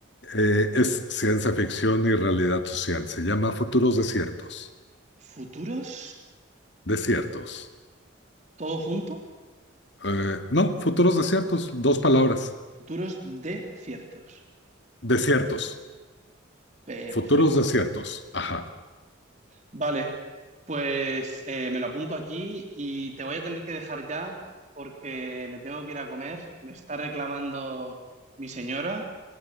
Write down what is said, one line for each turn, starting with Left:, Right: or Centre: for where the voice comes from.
Left: Eh, es ciencia ficción y realidad social. Se llama Futuros Desiertos.
Right: Futuros,
Left: Desiertos.
Right: todo junto,
Left: Eh, no, Futuros Desiertos, dos palabras.
Right: futuros de ciertos.
Left: Desiertos.
Right: Perfecto.
Left: Futuros Desiertos. Ajá.
Right: Vale, pues eh, me lo apunto aquí y te voy a tener que dejar ya porque me tengo que ir a comer. Me está reclamando mi señora.